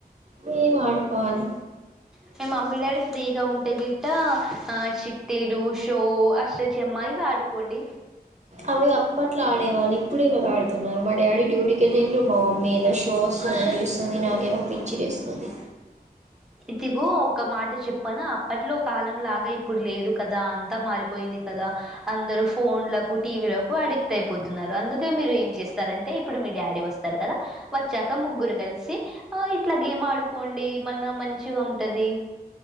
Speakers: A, on the right; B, in the centre.
A: మీ వాడుకోవాలి
B: మే మమ్మీ డాడీ ఫ్రీగా ఉంటే గిట్ట ఆ శిట్ తెలు షో అష్టచమ్మ ఇవి ఆడుకోండి
A: అవి అప్పట్లో ఆడేవాళ్ళు ఇప్పుడు ఇవ్వాళ వాళ్ళు ఆడుతున్నారు మా డాడీ డ్యూటీకి వెల్లిండ్రు మా మమ్మీ నిను షోస్ చూస్తుంది నాకేమో పిచ్చి లేస్తుంది
B: ఇదిగో ఒక మాట చెప్పన అప్పట్లో కాలం లాగా ఇప్పుడు లేదు కదా అంతా మారిపోయింది కదా అందరు ఫోన్లకు టీవీలకు అడిక్ట్ అయిపోతున్నారు అందుకే మీరు ఏం చేస్తారంటే ఇప్పుడు మీ డాడీ వస్తారు కదా వచ్చాక ముగ్గురు కలిసి ఆ ఇట్లా గేమ్ ఆడుకోండి మన మంచిగా ఉంటది